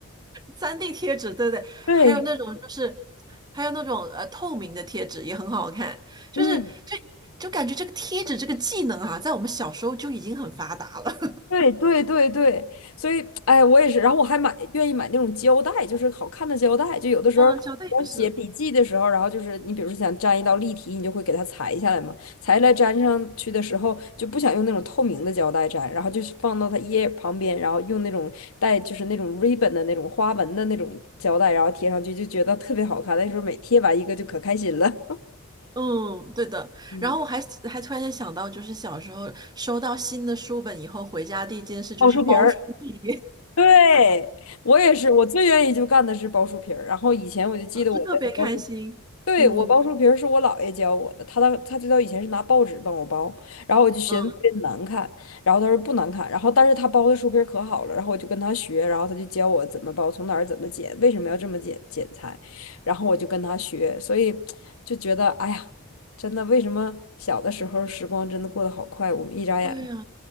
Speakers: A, on the right (about 20°); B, on the left (about 75°).
A: 三 d 贴纸，对对，
B: 对，
A: 还有那种就是，还有那种呃透明的贴纸也很好看，就是就就感觉这个贴纸这个技能啊，
B: 嗯。
A: 在我们小时候就已经很发达了，
B: 对对对对，所以哎，我也是，然后我还买愿意买那种胶带，就是好看的胶带，就有的时候你要写笔记的时候，
A: <laughs> 嗯，乔丹也是。
B: 然后就是你比如说想粘一道例题，你就会给它裁下来嘛，裁下来粘上去的时候就不想用那种透明的胶带粘，然后就是放到它页旁边，然后用那种带就是那种 ribbon 的那种花纹的那种胶带，然后贴上去就觉得特别好看，那时候每贴完一个就可开心了，
A: 嗯，对的。
B: <laughs> 嗯，
A: 然后我还还突然间想到，就是小时候收到新的书本以后，回家第一件事就是包书皮，
B: 奥数皮儿。<laughs> 对，我也是，我最愿意就干的是包书皮儿。然后以前我就记得我的包书，
A: <laughs> 嗯就特别开心。
B: 对，
A: 嗯
B: 我包书皮儿是我姥爷教我的，他当他最早以前是拿报纸帮我包，然后我就寻思特别难看，
A: 嗯。
B: 然后他说不难看，然后但是他包的书皮儿可好了，然后我就跟他学，然后他就教我怎么包，从哪儿怎么剪，为什么要这么剪剪裁，然后我就跟他学，所以就觉得哎呀，真的为什么小的时候时光真的过得好快，我们一眨眼，
A: 对呀，